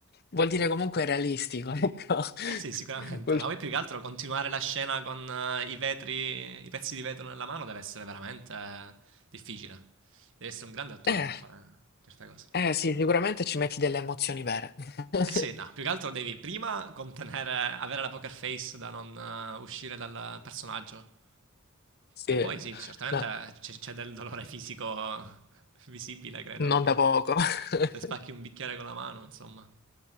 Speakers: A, on the left; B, on the right.
A: vuol dire comunque realistico, <laughs> ecco.
B: Eh sì, sicuramente.
A: Quel-
B: Ma poi più che altro continuare la scena con eh, i vetri, i pezzi di vetro nella mano deve essere veramente eh, difficile. Devi essere un grande attore
A: Eh,
B: per fare eh, certe cose.
A: eh, sì, sicuramente ci metti delle emozioni vere. <laughs> No,
B: Eh sì, no, più che altro devi prima contenere, avere la poker face da non eh, uscire dal personaggio.
A: Sì,
B: E poi sì, certamente
A: no,
B: c'è, c'è del dolore fisico <laughs> visibile, credo,
A: non
B: perché
A: da poco. <laughs>
B: se spacchi un bicchiere con la mano, insomma.